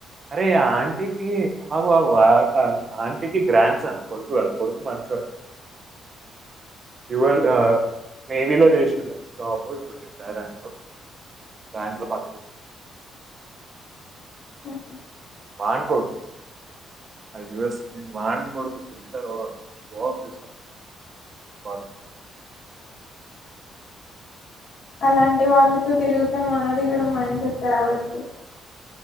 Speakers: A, on the right; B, on the left.
A: అరే ఆ ఆంటీకి బాబు <unintelligible> వా ఆ ఆంటీకి గ్రాండ్ సన్ కొడుకు గాదు కొడుకు మంచోడే యు ఎల్ ఇ నేవీలో చేసిండు జాబ్ ఇప్పుడు రిటైర్ అయ్యిండు బ్యాంక్ లో పనిచే
B: ఆహా
A: వాన్కోడు ఆ యు ఎస్ ని మాన్కోడుకు చిల్లరోడు వాడు ఫోన్ చేస్త <inaudible>
B: అలాంటి వాళ్ళతో తిరుగితే మనది కూడా మైండ్ సెట్ ఖరాబ్ అయితది